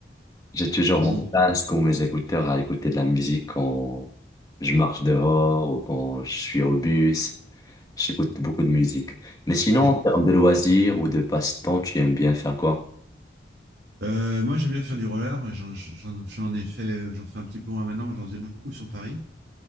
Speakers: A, on the left (about 20°); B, on the right (about 80°).
A: J'ai toujours
B: à
A: mon
B: mon-
A: casque ou mes écouteurs à écouter de la musique quand je marche dehors ou quand je suis au bus. J'écoute beaucoup de musique. Mais sinon,
B: et-
A: en termes de loisirs ou de passe-temps, tu aimes bien faire quoi?
B: euh, moi, j'aime bien faire du roller. J'en j'en- j'en ai fait, j'en fais un petit peu moins maintenant, mais j'en faisais beaucoup sur Paris.